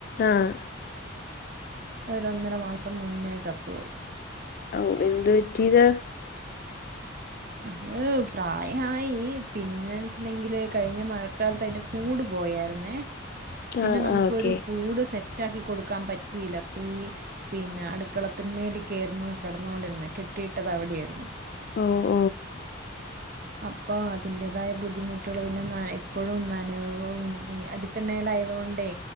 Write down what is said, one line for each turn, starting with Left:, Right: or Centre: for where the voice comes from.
Left: ആഹ്
Right: അതൊരന്നര മാസം മുന്നേ ചത്തോയി
Left: ഔഎന്ത് പറ്റ്യോതാ <inaudible>
Right: അത് പ്രായായി പിന്നെന്തച്ട്ട്ണ്ടങ്കില് കഴിഞ്ഞ മഴ കാലത്ത് അയ്ൻ്റെ കൂട് പോയാര്ന്നേ പിന്നെ
Left: ആഹ്
Right: നമുക്കൊരു
Left: ആഹ് ഓക്കെ
Right: കൂട് സെ റ്റാക്കി കൊട്ക്കാമ്പറ്റിലപ്പഈ പിന്നെ അടുക്കളത്തിന്റെല്ക്കേറ്ന്നു കടന്നോണ്ടിര്ന്നെ കെട്ടിയിട്ടതവ്ടെ ര്ന്നു
Left: ഓഹോ
Right: അപ്പൊ അതിൻ്റേതായ ബുദ്ധിമുട്ട്ള് പിന്നെന്നായ് എപ്പഴും നനവും ഈ അ ത്തിണ്ണലാതുകൊണ്ടേ